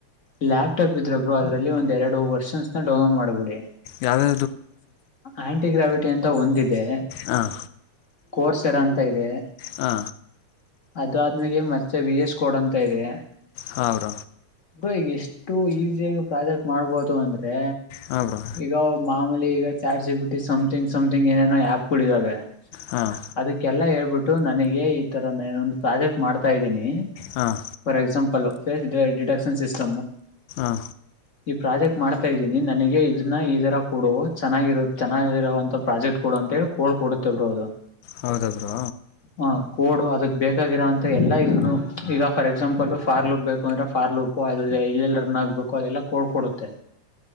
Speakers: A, on the left; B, on the left.
A: ಲ್ಯಾಪ್ಟಾಪ್ ಇದ್ರ ಭ್ರೂ ಅದ್ರಲ್ಲಿ ಒಂದ್ ಎರಡು ವರ್ಷನ್ಸ್ನ ಡೌನ್ಲೋಡ್ ಮಾಡ್ಬಿಡಿ
B: ಯಾವ್ದೇ
A: ಆಂಟಿಗ್ರಾವಿಟಿ ಅಂತ ಒಂದಿದೆ
B: ಹಾಂ
A: ಕೋರ್ಸರ ಅಂತ ಇದೆ
B: ಹಾ
A: ಅದು ಆದ್ಮಗೆ ಮತ್ತೆ ವಿ ಎಸ್ ಕೊಡಂತ ಇದೆ
B: ಹೌರ
A: ಇ್ರ ಈಗ ಎಷ್ಟು ಈಸಿಯಾಗಿ ಪ್ರಾಜೆಕ್ಟ್ ಮಾಡ್ಬೋದು ಅಂದ್ರೆ
B: ಹಾಂ ಬ್ರೋ
A: ಈಗ ಮಾಮೂಲಿ ಈಗ ಚಾಟಪಿಟಿ ಸಮಥಿಂಗ್ ಸಮಥಿಂಗ್ ಏನೇನೋ ಆಪ್ಗಳುಗಳ ಇದಾವೆ
B: ಹಾಂ
A: ಅದಕ್ಕೆಲ್ಲ ಹೇಳ್ಬಿಟ್ಟು ನನಗೆ ಈ ತರ ನಾನೊಂದು ಪ್ರಾಜೆಕ್ಟ್ ಮಾಡ್ತಾ ಇದ್ದೀನಿ
B: ಹಾಂ
A: ಫಾರ್ ಎಕ್ಸಾಮಂಪಲ್ ಫೇಸ್ ಡಿಡಕ್ಷನ್ ಸಿಸಟ್
B: ಹ
A: ಈ ಪ್ರಾಜೆಕ್ಟ್ ಮಾಡ್ತಾ ಇದ್ದೀನಿ ನನಗೆ ಇದನ್ನ ಈ ತರ ಕೊಡು ಚೆನ್ನಾಗಿರು ಚೆನ್ನಾಗಿರರುವಂತ ಪ್ರಾಜೆಕ್ಟ್ ಕೊಡ ಅಂತ ಹೇಳಿ ಕೋಡ್ ಕೊಡುತ್ತೇವ್ರೋ ಅದು
B: ಹೌದಾದರು
A: ಹ ಕೋಡು ಅದಕ್ ಬೇಕಾಗಿೋಂತ ಎಲ್ಲ ಇದನು ಈಗ ಫಾರ್ ಎಕ್ಸಾಂಪಲ್ ಫಾರ್ಲು ಉಪ್ ಬೇಕು ಅಂದ್ರೆ ಫಾರ್ಲ್ ಉಪ್ಪು ಅ್ರ ಎೆಲ್ಲಿ ರನ್ ಆಗ್ಬೇಕು ಅದೆಲ್ಲ ಕಡ್ಕ ಕೊಡುತ್ತೆ